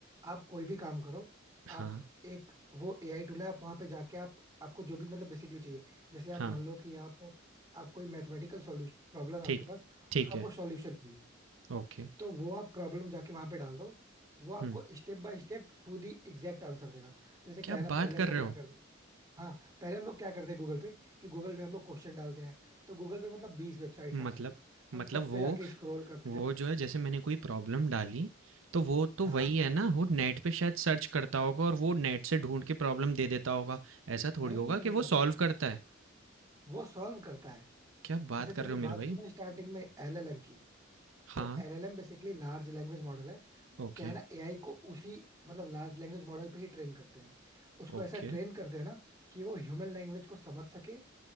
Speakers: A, on the right; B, on the right.
A: आप कोई भी काम करो
B: हाँ
A: आप एक वो एआई टूल है आप वहां पे जाके आप आपको जो भी मतलब बेसिकली चाहिए जैसे आप
B: हाँ
A: मान लो कि आप आप कोई मैथमेटिकल सॉल्यूशन प्रॉब्लम है
B: ठीक
A: आपके पास
B: ठीक
A: उसका आपको
B: है
A: सॉल्यूशन चाहिए
B: ओके
A: तो वो आप प्रॉब्लम जाके वहां पे डाल दो वो आपको
B: हुँ,
A: step by step to the exact answer देगा जैसे
B: क्या
A: क्या है ना
B: बात
A: पहले हम
B: कर
A: लोग
B: रहे
A: क्या
B: हो
A: करते हाँ पहले हम लोग क्या करते हैं गूगल पे कि गूगल पे हम लोग क्वेश्चन डालते हैं तो गूगल पे मतलब बीस वेबसाइट्स
B: मतलब
A: आती हैं
B: मतलब
A: हम सब
B: वो
A: पे जाके स्क्रॉल करते
B: वो
A: हैं
B: जो है जैसे मैंने कोई प्रॉब्लम डाली तो वो तो
A: हाँ
B: वही है ना वो नेट पे शायद सर्च करता होगा और वो नेट से ढूंढ के प्रॉब्लम दे देता होगा ऐसा थोड़ी
A: नहीं
B: होगा
A: नहीं
B: कि
A: नहीं
B: वो
A: नहीं
B: सॉल्व करता है
A: वो सॉल्व करता है
B: क्या बात
A: जैसे
B: कर
A: तुमने
B: रहे हो मेरे
A: बात
B: भाई
A: की ना स्टार्टिंग में एलएलएम की
B: हाँ
A: तो LLM basically large language model है
B: ओके
A: क्या है ना एआई को उसी मतलब लार्ज लैंग्वेज मॉडल पे ही ट्रेन करते हैं उसको
B: ओके
A: ऐसा ट्रेन करते हैं ना कि वो ह्यूमन लैंग्वेज को समझ सके